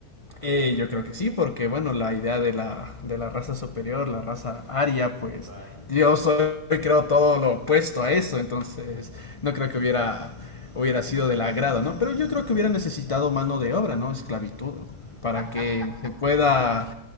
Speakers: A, on the left (about 25°); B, on the right (about 30°).
A: Eh, yo creo que sí, porque bueno, la idea de la, de la raza superior, la raza aria,
B: La
A: pues
B: raza aria.
A: yo soy, creo, todo lo opuesto a eso, entonces no creo que hubiera, hubiera sido del agrado, ¿no? Pero yo creo que hubiera necesitado mano de obra, ¿no? Esclavitud, para
B: <laughs>
A: que se pueda